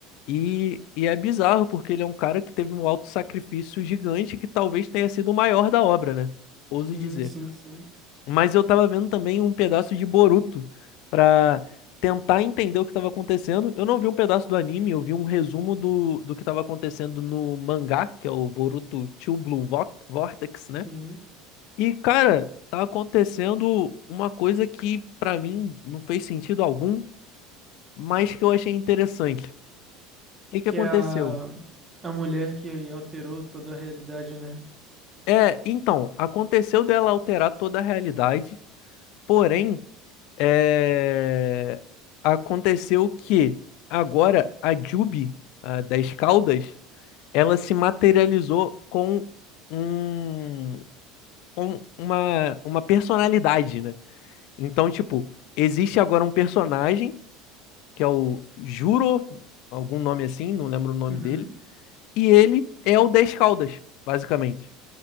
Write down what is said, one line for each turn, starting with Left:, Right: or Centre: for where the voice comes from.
Left: E, e é bizarro, porque ele é um cara que teve um auto sacrifício gigante que talvez tenha sido o maior da obra, né? Ouso
Right: Sim,
Left: dizer.
Right: sim, sim,
Left: Mas eu tava vendo também um pedaço de Boruto pra tentar entender o que tava acontecendo. Eu não vi um pedaço do anime, eu vi um resumo do, do que tava acontecendo no mangá, que é o Boruto Two Blue Vo- Vortex,
Right: sim.
Left: né? E, cara, tá acontecendo uma coisa que pra mim não fez sentido algum, mas que eu achei interessante. O que que
Right: Que
Left: aconteceu?
Right: é a, a mulher que aí alterou toda a realidade, né?
Left: É, então, aconteceu dela alterar toda a realidade, porém. É, Aconteceu que agora a Jubi, a das Caldas, ela se materializou com um, com uma, uma personalidade, né? Então, tipo, existe agora um personagem, que é o Juro, algum nome assim, não lembro o nome
Right: Uhum.
Left: dele, e ele é o das Caldas, basicamente.